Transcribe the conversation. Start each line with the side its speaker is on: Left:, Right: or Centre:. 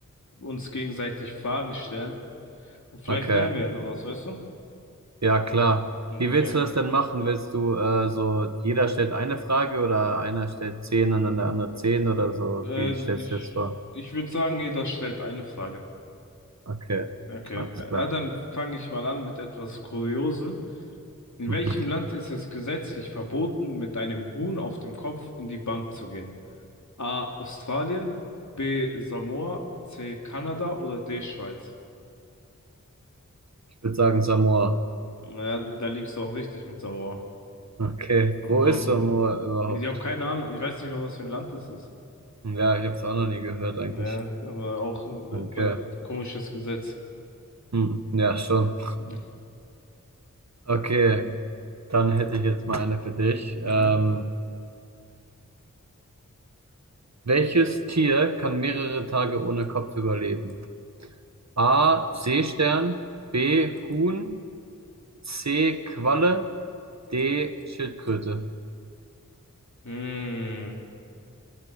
Left: uns gegenseitig Fragen stellen und vielleicht
Right: okay.
Left: lernen wir ja daraus, weißt du?
Right: Ja, klar.
Left: Okay,
Right: Wie willst du das denn machen? Willst du äh, so, jeder stellt eine Frage oder einer stellt zehn und dann der andere zehn oder so?
Left: äh,
Right: Wie stellst
Left: ich
Right: du das vor?
Left: ich würde sagen, jeder stellt eine Frage.
Right: Okay,
Left: Okay.
Right: alles klar.
Left: Ja, dann fange ich mal an mit etwas Kuriosem. In
Right: Mhm.
Left: welchem Land ist es gesetzlich verboten, mit einem Huhn auf dem Kopf in die Bank zu gehen? A. Australien, B. Samoa, C. Kanada oder D. Schweiz?
Right: Ich würde sagen Samoa.
Left: Ja, da liegst du auch richtig mit Samoa.
Right: Okay,
Left: Wo,
Right: wo ist Samoa überhaupt?
Left: ich habe keine Ahnung, ich weiß nicht mal, was für ein Land das ist.
Right: Ja, ich habe es auch noch nie gehört eigentlich.
Left: Ja, aber auch ein etwas
Right: Okay,
Left: komisches Gesetz.
Right: hm. Ja, schon.
Left: Mhm.
Right: Okay, dann hätte ich jetzt mal eine für dich.
Left: Aha.
Right: Ähm, welches Tier kann mehrere Tage ohne Kopf überleben? A. Seestern, B. Huhn, C. Qualle, D. Schildkröte.
Left: Hm.